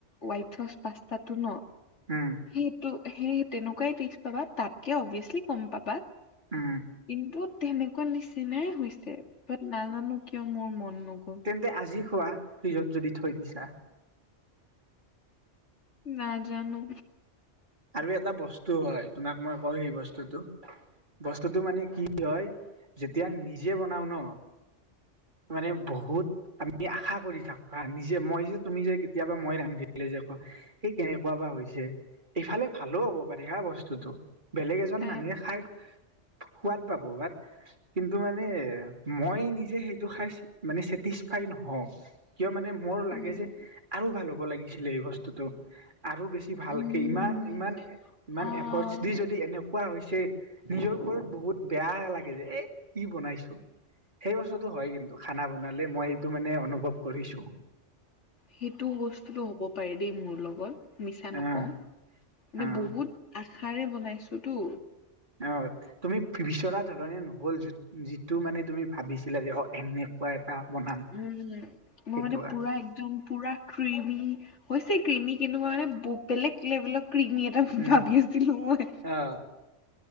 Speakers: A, on the left (about 75°); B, on the right (about 40°).
A: হোৱাইট <unintelligible> পাস্তাটো ন'
B: উম,
A: সেইটো সেই তেনেকুৱাই টেষ্ট পাবা তাতকে অভিয়াচলি কম পাবা
B: উম,
A: কিন্তু তেনেকুৱা নিচিনাই হৈছে বাট নাজানো কিয় মোৰ মন নগ'ল।
B: তে আজি খোৱা ফ্ৰিজত যদি থৈ দিছা।
A: নাজানো।
B: আৰু এটা বস্তু হয় তোমাক মই কওঁ সেই বস্তুটো বস্তুতটো মানে কি হয় যেতিয়া নিজে বনাও ন! মানে বহুত আমি আশা কৰি থাকো হা। নিজে মই যে তুমি যে কেতিয়াবা মই ৰান্ধিলে যে কও হেই কেনেকুৱা বা হৈছে? ইফালে ভালো হ'ব পাৰে হা বস্তুটো। বেলেগ এজন
A: এ, এ,
B: মানুহে খাই - সোৱাদ পাব বাত কিন্তু মানে মই নিজে সেইটো খাই মানে চেটিচফাই নহওঁ। কিয় মানে মোৰ
A: উম,
B: লাগে যে, আৰু ভাল হ'ব লাগিছিলে এই বস্তুতটো। আৰু বেছি ভাল
A: উম,
B: কে ইমান ইমান ইমান
A: আহ
B: এফৰ্টচ দি যদি এনে কোৱা হৈছে, নিজৰ ওৰত বহুত বেয়া লাগে যে এ কি বনাইছো? সেই বস্তুটো হয় কিন্তু খানা বনালে, মই সেইটো মানে অনুভৱ কৰিছো।
A: সিটো বস্তুটো হ'ব পাৰে দেই মোৰ লগত মিছা
B: আহ
A: নকওঁ। মানে
B: আহ
A: বহুত আশাৰে বনাইছোতু।
B: অঁ, তুমি বিচৰা ধৰণে নহল যিট যিটো মানে তুমি ভাবিছিলা যে অ এনে - কুৱা এটা বনাম।
A: উম,
B: সেইটো
A: মই মানে পুৰা একদম - পোৰা কৃমি হৈছে কৃমি কিন্তু মই মানে বো - বেলেগ লেবেলৰ কৃমি এটা
B: উম
A: ভাবি আছিলো মই
B: আহ